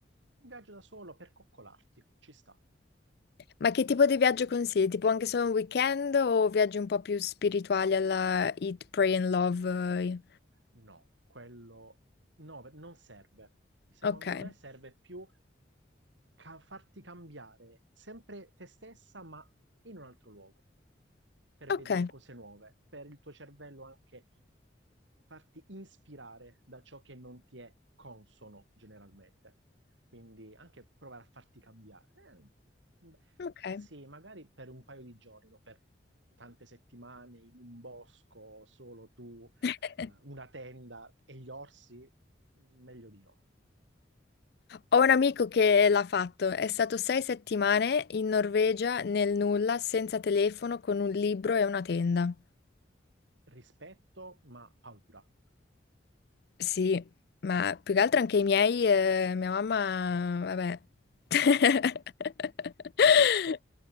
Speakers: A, on the right (about 90°); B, on the left (about 60°).
A: Un viaggio da solo per coccolarti, ci sta.
B: Ma che tipo di viaggio consigli? Tipo anche solo un weekend o viaggi un po' più spirituali alla Eat, Pray and Love? eh?
A: No, quello no, per- non serve. Secondo
B: Ok.
A: me serve più ca- farti cambiare sempre te stessa, ma in un altro luogo, per
B: Ok,
A: vedere cose nuove, per il tuo cervello anche farti ispirare da ciò che non ti è consono generalmente. Quindi anche provare a farti cambiare. Eh, un-
B: ok.
A: sì, magari per un paio di giorni, no? per tante settimane in un bosco, solo tu
B: <laughs>
A: eh, una tenda e gli orsi, meglio di no.
B: Ho un amico che l'ha fatto, è stato sei settimane in Norvegia nel nulla, senza telefono, con un libro e una tenda.
A: Rispetto, ma paura.
B: Sì, ma più che altro anche i miei, eh, mia mamma, vabbè. <laughs>
A: Capisco,